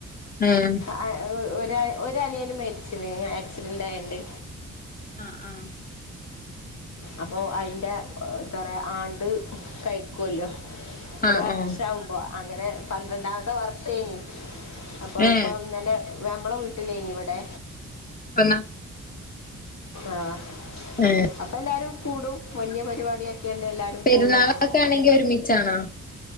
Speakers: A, on the left; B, on the left.
A: ഉം
B: ഏഹ് ഹ് ഒര് ഒരു അനിയന് മരി ച്ചിന് ആക്സിഡന്റ് ആയട്ട്.
A: ആഹ് ആഹ്
B: അപ്പോൾ അയിന്റെ എന്താ പറയ ആണ്ട് കഴിക്കൊല്ലോ ഒരു
A: ആഹ്
B: വർഷാമ്പോ
A: ആഹ്
B: അപ്പോ അങ്ങനെ പന്ത്രണ്ടാമത്തെ വർഷേനി അപ്പൊ അത്‌
A: ഏ
B: ഇപ്പൊ ഇന്നലെ നമ്മളെ വീട്ടിലേനി ഇവിടെ
A: <unintelligible>
B: ആഹ
A: ഏ
B: അപ്പൊ എല്ലാരും കൂടും വല്ല്യ പരിപാടി ആക്കിയാണ്ട് എല്ലാരും
A: പെരുന്നാളൊക്കെ
B: കൂടും
A: ആണെങ്കിൽ ഒരുമിച്ചാണാ